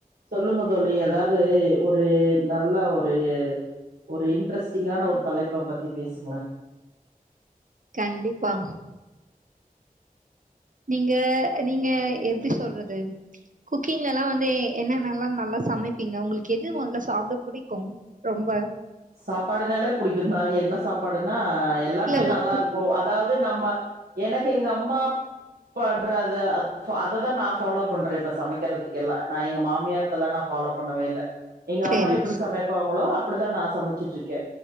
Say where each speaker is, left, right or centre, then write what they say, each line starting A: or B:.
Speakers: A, on the right; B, on the right.
A: சொல்லுங்க தோழி அதாவது ஒரு நல்ல ஒரு ஒரு இன்ட்ரெஸ்டிங்கான ஒரு தலைப்ப பத்தி பேசுங்களே
B: கண்டிப்பா நீங்க நீங்க எப்டி சொல்றது குக்கிங்ல எல்லா வந்து என்னென்னல்லா நல்லா சமைப்பீங்க உங்களுக்கு எது முதல்ல சாப்பிட பிடிக்கும் ரொம்ப
A: சாப்பாடுனாலே புடிக்குந்தா என்ன சாப்பாடுன்னா எல்லாமே
B: இல்ல ஒரு
A: நல்லா இருக்கு அதாவது நம்ம எனக்கு எங்க அம்மா பண்றது அததா நான் ஃபாலோ பண்றே இப்ப சமைக்கிறதுக்கு எல்லா நா எங்க மாமியார் இதல்லா நா ஃபாலோ பண்ணவே இல்ல எங்க
B: சேரி
A: அம்மா எப்படி சமைப்பாங்களோ அப்படிதா நா சமைச்சிட்டு இருக்கே